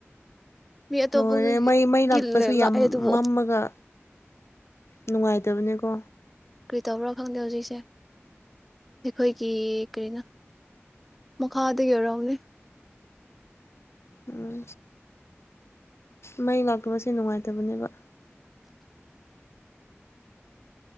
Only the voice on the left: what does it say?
ꯂꯣꯏꯔꯦ ꯃꯩ ꯃꯩ ꯂꯥꯛꯄꯁꯨ ꯌꯥꯝ
ꯃꯝꯃꯒ ꯅꯨꯡꯉꯥꯏꯇꯕꯅꯦꯀꯣ
ꯎꯝ ꯃꯩ ꯂꯥꯛꯇꯕꯁꯦ ꯅꯨꯡꯉꯥꯏꯇꯕꯅꯦꯕ